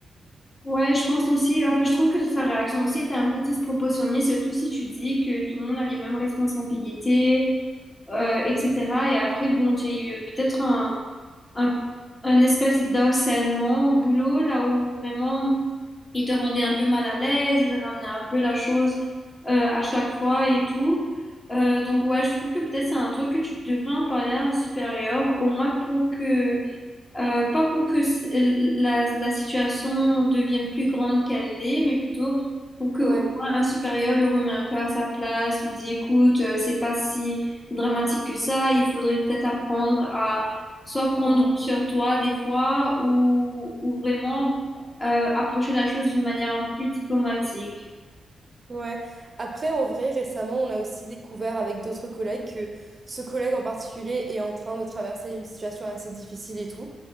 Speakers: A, on the left; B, on the right.
A: Ouais, je pense aussi. Enfin, je trouve que sa réaction aussi était un peu disproportionnée, surtout si tu dis que tout le monde a les mêmes responsabilités, euh, etc. Et après, bon, tu as eu peut-être un. un, un espèce d'harcèlement au boulot, là où vraiment il te rendait un peu mal à l'aise, il ramenait un peu la chose euh, à chaque fois et tout. Euh, donc ouais, je trouve que peut-être c'est un truc que tu devrais en parler à un supérieur, au moins pour que euh, pas pour que s- la, la situation devienne plus grande qu'elle l'est, mais plutôt pour que
B: Ouais,
A: au moins un supérieur le remet un peu à sa place, lui dit, écoute, euh, c'est pas si dramatique que ça, il faudrait peut-être apprendre à soit prendre
B: ouais.
A: sur toi des fois ou, ou vraiment euh, approcher la chose d'une manière un peu plus diplomatique.
B: Ouais. Après, en vrai, récemment, on a aussi découvert avec d'autres collègues que ce collègue en particulier est en train de traverser une situation assez difficile et tout.